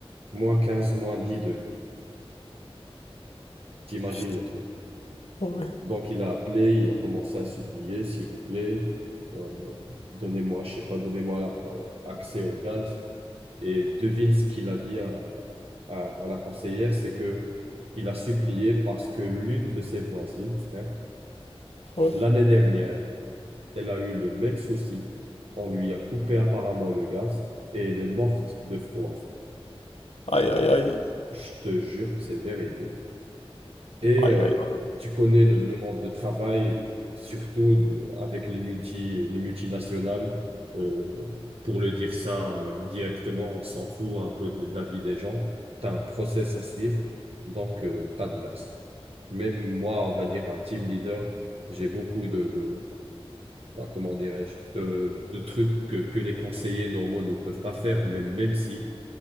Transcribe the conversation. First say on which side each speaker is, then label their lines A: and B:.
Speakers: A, on the right; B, on the left.
A: moins 15 moins 10 degrés. T'imagines
B: Putain,
A: le truc.
B: ouais,
A: Donc il a appelé, il a commencé à supplier, s'il vous plaît, euh, donnez-moi, je sais pas, donnez-moi euh, accès au gaz. Et devine ce qu'il a dit à, à, à la conseillère, c'est que il a supplié parce que l'une de ses voisines, frère,
B: ouais.
A: l'année dernière, elle a eu le même souci. On lui a coupé apparemment le gaz et elle est morte de froid, frère.
B: Aïe, aïe, aïe.
A: Je te jure que c'est véridique. Et
B: Aïe,
A: euh,
B: aïe.
A: tu connais le, le monde de travail, surtout de- avec les multi, les multinationales. Euh, pour le dire ça euh, directement, on s'en fout un peu de, la vie des gens. T'as un process à suivre, donc euh, pas de gaz. Même moi, on va dire un team leader, j'ai beaucoup de, de bah, comment dirais-je, de, de trucs que, que les conseillers normaux ne peuvent pas faire, même, même si